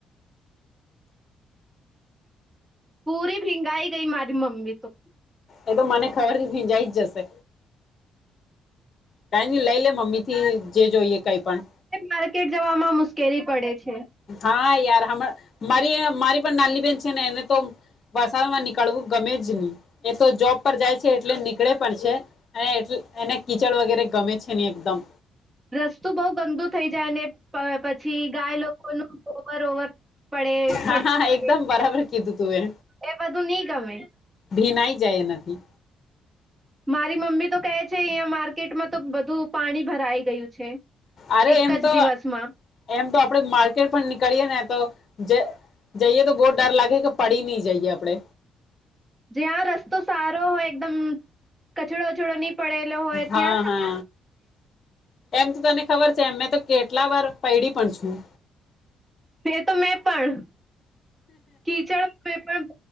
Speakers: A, on the right; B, on the left.
A: પૂરી ભીંગાઈ ગઈ મારી મમ્મી તો.
B: એ તો મને ખબરથી ભીંજાઈ જ જશે કઈ નની લઈ લે મમ્મી થી જે જોઈએ કઈ પણ
A: માર્કેટ જવામાં મુશ્કેલી પડે છે
B: હા યાર હ મારી મારી પણ નાની બેેન છે ને એને તો વરસાદમાં નીકળવું ગમે જ નહી એ તો જોબ પર જાય છે એટલે કળે પણ છે અને એટ એને કીચડ વગેરે ગમે છે નહી એકદમ
A: રસ્તું બઉ ગંદુ થઇ જાય ને પછી ગાય લોકોનું ઓવર ઓવર પડે પડી.
B: હા હા એકદમ બરાબર કીધું તું એ
A: એ બધું નહી ગમે
B: ભીનાઈ જાય નથી
A: મારી મમ્મી તો કહે છે અહીં માર્કેટમાં તો બધું પાણી ભરાઈ ગયું છે
B: અરે
A: એક
B: એમ
A: જ
B: તો
A: દિવસમાં
B: એમ તો આપડે માર્કેટ પણ નીકળીય ને તો જ જઈએ તો બહુ ડર લાગે કે પડી નહી જઈએ આપડે
A: જ્યાં રસ્તો સારો હોય એકદમ કચરો વચડો ની પડેલો હોય ત્યાં
B: હા
A: છે
B: હા એમ તો તને ખબર છે એ મેં તો કેટલા વાર પૈડી પણ છું.
A: એ તો મેં પણ કીચડ પણ